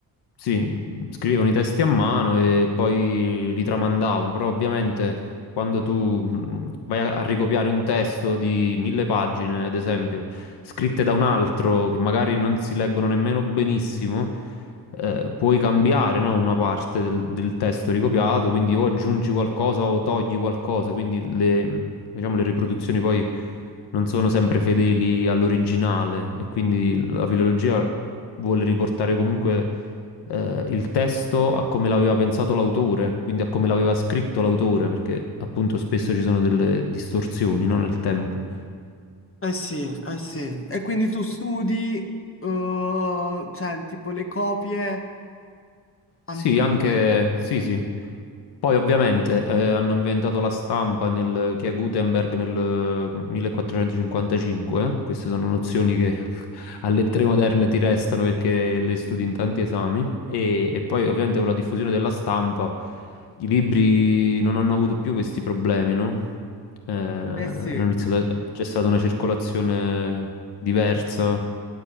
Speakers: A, on the left; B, on the left.
A: sì, scrivevano i testi a mano e poi li tramandavano, però ovviamente quando tu mh, vai a a ricopiare un testo di mille pagine, ad esempio, scritte da un altro che magari non si leggono nemmeno benissimo, eh, puoi cambiare, no, una parte del, del testo ricopiato, quindi o aggiungi qualcosa o togli qualcosa, quindi le, diciamo, le riproduzioni poi non sono sempre fedeli all'originale e quindi la filologia vuole riportare comunque eh, il testo a come l'aveva pensato l'autore, quindi a come l'aveva scritto l'autore, perché appunto spesso ci sono delle distorsioni, no, nel tempo.
B: Eh sì, eh sì. E quindi tu studi, eh, cioè tipo le copie antiche?
A: Sì, anche sì, sì. Poi ovviamente eh, hanno inventato la stampa nel, che è Gutenberg nel eh, millequattrocentocinquantacinque, eh, 1455, queste sono nozioni che alle tre moderne ti restano perché le studi in tanti esami e, e poi ovviamente con la diffusione della stampa i libri non hanno avuto più questi problemi, no? Eh, hanno
B: Eh sì.
A: iniziato a- c'è stata una circolazione diversa.